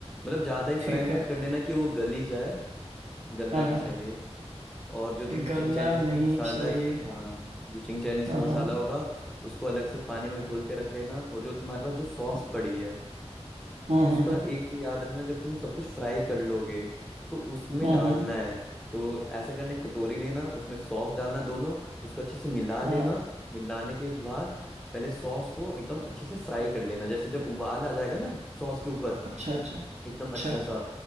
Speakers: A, in the centre; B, on the right.
A: मतलब ज़्यादा ही फ्राई
B: ठीक
A: मत
B: है
A: कर लेना कि वो गल ही जाए गलना
B: हाँ
A: नहीं
B: हाँ
A: चाहिए और जो तुम
B: पिघलना
A: चिंग चाइनीज़
B: नहीं
A: का मसाला
B: चाहिए
A: हाँ जो चिंग चाइनीज़
B: हाँ
A: का मसाला
B: हाँ
A: होगा उसको अलग से पानी में घोल के रख लेना और जो तुम्हारे पास जो सॉस
B: हम्म
A: पड़ी है
B: हम्म
A: उसका एक चीज याद रखना जब तुम सब कुछ फ्राई कर लोगे तो उसमें
B: हम्म
A: डालना
B: हम्म,
A: है तो ऐसा करना एक कटोरी लेना उसमें सॉस डालना दोनों उसको अच्छे से मिला लेना
B: हाँ हाँ,
A: मिलाने के बाद पहले सॉस को एकदम अच्छे से फ्राई कर लेना जैसे जब उबाल आ जाएगा ना सॉस के ऊपर
B: अच्छा अच्छा
A: एकदम
B: अच्छा
A: अच्छा सा